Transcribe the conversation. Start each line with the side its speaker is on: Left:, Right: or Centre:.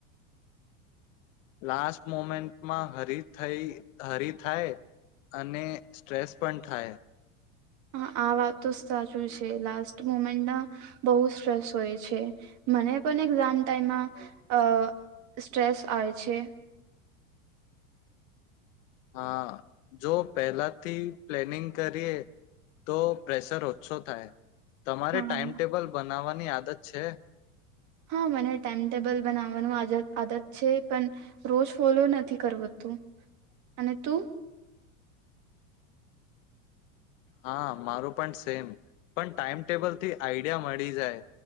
Left: લાસ્ટ મોમેન્ટમાં હરી થઈ હરી થાય અને સ્ટ્રેસ પણ થાય.
Right: હા, આ વાત તો સાચું છે લાસ્ટ મુમેન્ટમાં બહુ સ્ટ્રેસ હોય છે. મને પણ એક્ઝામ ટાઈમમાં અ સ્ટ્રેસ આવે છે.
Left: હા, જો પહેલાથી પ્લેનિંગ કરીએ તો પ્રેશર ઓછો થાય. તમારે
Right: હા
Left: ટાઈમટેબલ બનાવવા ની આદત છે.
Right: હા, મને ટાઈમટેબલ બનાવવાનું આજદ આદત છે પણ રોજ ફોલો નથી કરાવતું. અને તું?
Left: હા, મારું પણ સેમ. પણ ટાઈમટેબલ થી આઈડિયા મળી જાય